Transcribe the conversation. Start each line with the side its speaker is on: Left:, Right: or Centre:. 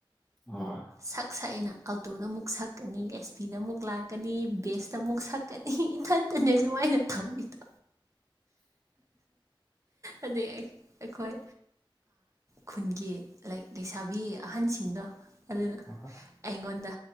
Centre: ꯍ
Right: ꯁꯛ ꯁꯛꯑꯦꯅ ꯑꯜꯇꯣꯗ ꯑꯃꯨꯛ ꯁꯛꯀꯅꯤ ꯑꯦꯁ ꯄꯤꯗ ꯑꯃꯨꯛ ꯂꯥꯛ ꯁꯛꯀꯅꯤ ꯕꯦꯁꯇ ꯑꯃꯨꯛ ꯁꯛꯀꯅꯤ ꯏꯊꯟꯇꯅꯦ ꯑꯗꯨꯃꯥꯏꯅ ꯇꯧꯔꯤꯗꯣ ꯑꯗꯩ ꯑꯩꯈꯣꯏ ꯈꯨꯟꯒꯤ ꯂꯩ ꯂꯩꯁꯥꯕꯤ ꯑꯍꯟꯁꯤꯡꯗꯣ ꯑꯗꯨꯅ
Centre: ꯍꯣꯏ ꯍꯣꯏ
Right: ꯑꯩꯉꯣꯟꯗ